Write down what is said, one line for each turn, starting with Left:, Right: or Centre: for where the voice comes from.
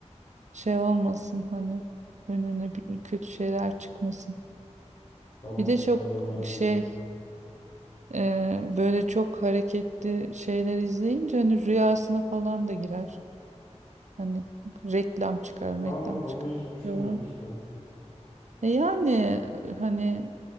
Right: şey olmasın hani önüne bir- kötü şeyler çıkmasın.
Left: Tamam,
Right: Bir de çok
Left: ben onu halledeyim.
Right: şey e, böyle çok hareketli şeyler izleyince hani rüyasına falan da girer. Hani reklam çıkar,
Left: Aa,
Right: reklam
Left: onu
Right: çıkar.
Left: hiç
Right: bir
Left: düşünmemiştim.
Right: şey olur. E yani hani